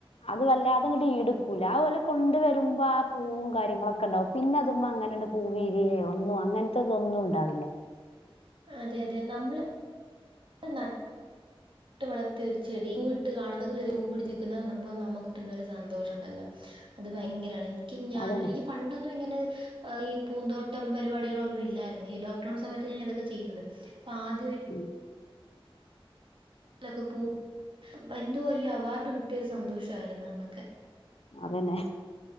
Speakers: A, on the left; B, on the right.
A: അത് വല്ലാതെ ഇങ്ങട്ട് ഈടുക്കൂല അത് ഓല് കൊണ്ട് വരുമ്പ ആ പൂവും കാര്യങ്ങള ക്കണ്ടാവും പിന്നെ അതുമ്മേ അങ്ങനണ്ട് പൂവിരിയെ ഒന്നും അങ്ങൻത്തെതൊന്നും ഉണ്ടാവില്ല
B: അതെ അതെ നമ്മള് ട്ട് ന നട്ടു വളർത്തിയ ഒരു ചെടി പൂ ഇട്ട് കാണുമ്പോ അതിലൊരു പൂ പിടിച് നിക്കുന്ന കാണുമ്പോ നമുക്ക് കിട്ടുന്നൊരു സന്തോഷം ഉണ്ടല്ലോ അത് ഭയങ്കരാണ് ഇൻക്കും ഞാൻ
A: അതന്നെ
B: എനിക്ക് പണ്ടൊന്നു ഇങ്ങനെ ഈ പൂന്തോട്ടം പരിപാടികളൊന്നു ഇല്ലായിരുന്നു ഈ ലോക്ക്ഡൌൺ സമയത്ത് ഞാൻ അതൊക്കെ ചെയ്യുന്നത് പ്പ ആദ്യമായിട്ട്
A: ഉം
B: ലക്ക പൂ എന്തോ വല്ല്യ അവാർഡ് കിട്ടിയൊരു സന്തോഷായിരുന്നു അന്നൊക്കെ
A: അതന്നെ